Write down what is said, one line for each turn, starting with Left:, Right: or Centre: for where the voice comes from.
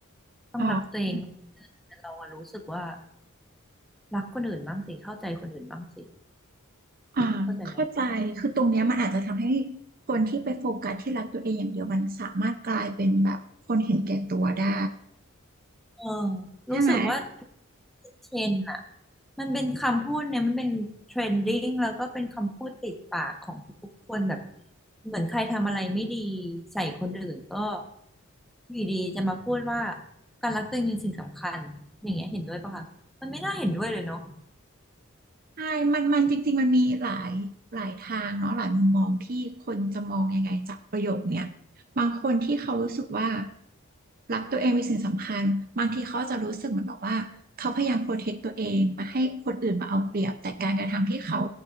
Centre: ต้องรักตัวเอง
Right: ค่ะ
Centre: แต่เราอะรู้สึกว่ารักคนอื่นบ้างสิเข้าใจคนอื่นบ้างสิ
Right: อ่าเข้าใจคือตรงเนี้ยมันอาจจะทำให้
Centre: เข้าใจไหม
Right: คนที่ไปโฟกัสที่รักตัวเองอย่างเดียวมันสามารถกลายเป็นแบบคนเห็นแก่ตัวได้
Centre: เออรู้สึกว่า
Right: ใช่ไหม
Centre: เทรนด์อะมันเป็นคำพูดเนี่ยมันเป็นเทรนดิ้งแล้วก็เป็นคำพูดติดปากของทุกๆคนแบบเหมือนใครทำอะไรไม่ดีใส่คนอื่นก็อยู่ดีจะมาพูดว่าการรักตัวเองเป็นสิ่งสำคัญอย่างเงี้ยเห็นด้วยปะคะมันไม่น่าเห็นด้วยเลยเนาะ
Right: ใช่มันมันจริงๆมันมีหลายหลายทางเนาะหลายมุมมองที่คนจะมองยังไงจากประโยคเนี้ยบางคนที่เขารู้สึกว่ารักตัวเองเป็นสิ่งสำคัญบางทีเขาจะรู้สึกเหมือนแบบว่าเขาพยายามโปรเทคตัวเองไมาให้คนอื่นมาเอาเปรียบแต่การกระทำที่เขา